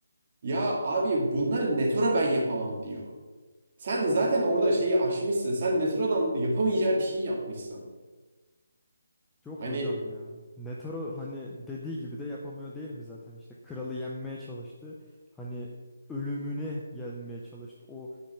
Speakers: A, on the right; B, in the centre.
A: Ya abi bunları Netero ben yapamam diyor. Sen zaten orada şeyi aşmışsın. Sen Netero'dan yapamayacağı bir şey yapmışsın.
B: Yok
A: Hani
B: hocam ya. Netaro hani dediği gibi de yapamıyor değil mi zaten? İşte kralı yenmeye çalıştı. Hani ölümüne yenmeye çalıştı. O